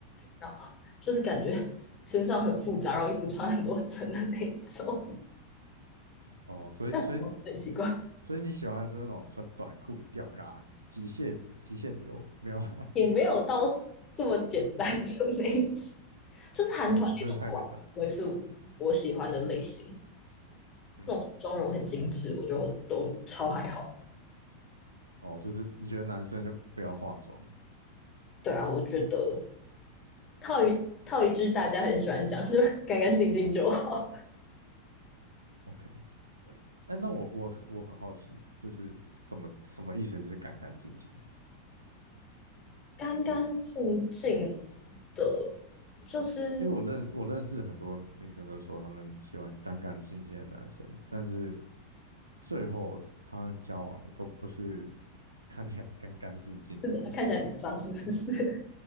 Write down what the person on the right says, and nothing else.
哦，所以，
所以，
所以你喜欢的是那种穿短裤吊嘎极限极限流，没有啊？
<laughs> 哦，这个太简单了。
嗯，
哦，就是你觉得男生就不要化妆
，OK？哎，那我我我很好奇，就是什么什么意思是干干净净？
因为我认我认识很多女生都说她们喜欢干干净净的男生，但是最后他们交往的都不是看起来干干净净的人，